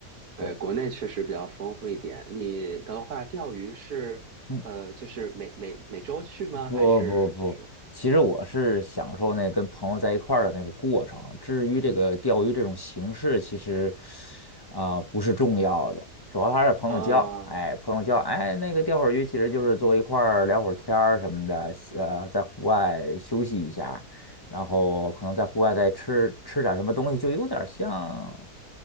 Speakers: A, on the left; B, on the right.
A: 对，
B: 对，国内确实比较丰富一点。你的话，钓鱼是呃，
A: 嗯。
B: 就是每每每周去吗？
A: 不不不，
B: 还是就是
A: 其实我是享受那跟朋友在一块儿的那个过程。至于这个钓鱼这种形式，其实啊、不是重要的，主要还是朋友叫。
B: 啊，
A: 哎，朋友叫，哎，那个钓会儿鱼，其实就是坐一块儿聊会儿天儿什么的，呃，在户外休息一下，然后可能在户外再吃吃点儿什么东西，就有点儿像